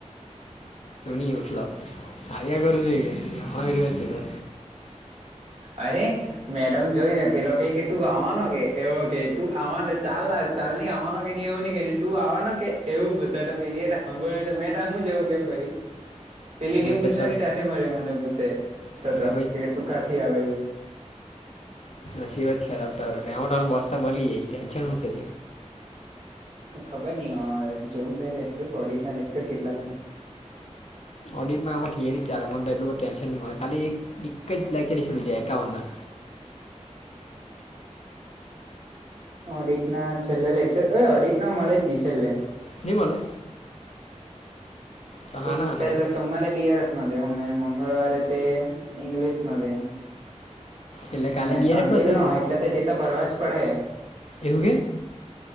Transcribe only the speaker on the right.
અરે મેડમ જોઈ ને પેલો ક કે તું આવવાનો કે એવો કે તું આવવાનો ચાલ ચાલની આવવા ના કેની એવ નની કે તું આવવાનો કે એવું પૂછ તો પેલી એ સાંભળ્યું મેં તો હું જેવું કેમ પહિ પેલી ને
પૂછવાની
તાઠ માર મને પૂછ
કે તું કાઠથી આવે એવું
ખબર નહ જોમ ત ઓડિટ ના લેક્ચર કેટલા છે.
ઓડિટ ના છેલ્લે લેક્ચર ઓડિટ ન મોલેજ નહી છેલ્લે.
એક
પહેલા
સોમવારે બીઆરએફ ના દેહુ ને મંગળવારે તે ઈંગ્લિશ ના દેહુ
ને
ટંડલ
નો એટલે તે તો ભરવા જ પડે